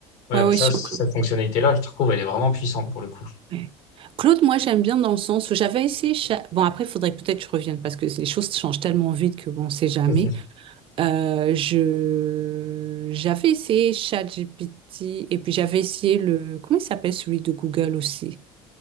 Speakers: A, on the left; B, on the right.
A: Ouais,
B: ouais,
A: mais
B: ouais,
A: ça,
B: surtout.
A: cette fonctionnalité-là, je trouve, elle est vraiment puissante pour le coup.
B: Ouais. Claude, moi j'aime bien dans le sens où j'avais essayé. cha- Bon, après, il faudrait peut-être que je revienne parce que les choses changent tellement vite que bon, on sait jamais.
A: <laughs>
B: Euh, je... J'avais essayé ChatGPT et puis j'avais essayé le. Comment il s'appelle celui de Google aussi?